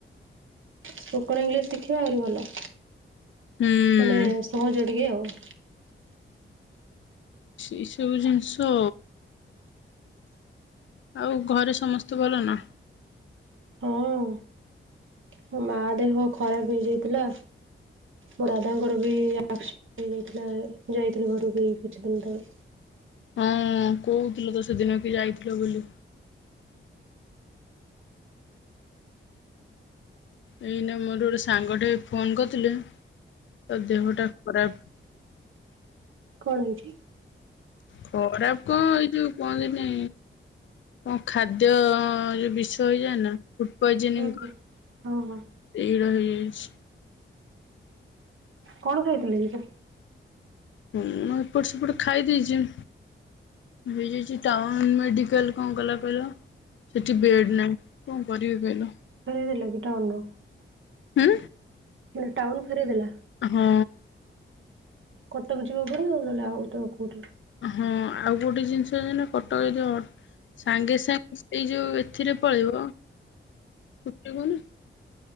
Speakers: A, on the right; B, on the left.
A: ସ୍ପୋକନ ଇଂଲିଶ ଶିଖିବା ଆହୁରି ଭଲ
B: ହୁଁ
A: ମାନେ ସହଜ ଟିକେ ଆଉ।
B: ଏ ସବୁ ଜିନିଷ ଆଉ ଘରେ ସମସ୍ତେ ଭଲ ନା?
A: ହଁ। ମୋ ମା ଦେହ ଖରାପ ହେଇଯାଇଥିଲା। ମୋ ଦାଦାଙ୍କର ବି ଆକସିଡେଣ୍ଟ ହେଇଥିଲା ଯାଇଥିଲି ଯାଇଥିଲି ଘରକୁ କିଛି ଦିନ ତଳେ।
B: ହଁ କହୁଥିଲ ତ ସେଦିନ ବି ଯାଇଥିଲ ବୋଲି। ଏଇନା ମୋର ଗୋଟେ ସାଙ୍ଗଠେ ଫୋନ କରିଥିଲେ ତା ଦେହଟା ଖରାପ
A: କଣ ହେଇଛି?
B: ଖରାପ କଁ ଏଇ ଯୋଉ କୁହନ୍ତି ନି କଣ ଖାଦ୍ୟ ଯୋଉ ବିଷ ହେଇଯାଏ ନା। ଫୂଡ଼ ପଇଜନିଂ
A: ହୁଁ ହୁଁ ହଁ ହଁ
B: ଏଇରା ହେଇଯାଇଛି।
A: କଣ ଖାଇଥିଲେ କି ସେ?
B: ହୁଁ ମୁଁ ଏପଟ ସେପଟ ଖାଇ ଦେଇଛି। ହେଇଯାଇଛି ଟାଉନ ମେଡିକାଲ କଣ କଲା କହିଲ? ସେଠି ବେଡ଼୍ ନାହିଁ କଣ କରିବି କହିଲ?
A: ଫେରେଇଦେଲା କି ଟାଉନ ରୁ?
B: ହୁଁ
A: ମାନେ ଟାଉନ ଫେରେଇଦେଲା।
B: ହଁ।
A: କଟକ ଯିବାକୁ ପଡିବ ନହଲେ ଆଉ ତ କୋଉଠି।
B: ହଁ ଆଉ ଗୋଟେ ଜିନିଷ ହେଲା କଟକ ଯଦି ଅ ସାଙ୍ଗେ ସାଙ୍ଗେ ସେଇ ଯୋଉ ଏଥିରେ ପଳେଇବ କୋଉଥିରେ କୁହନି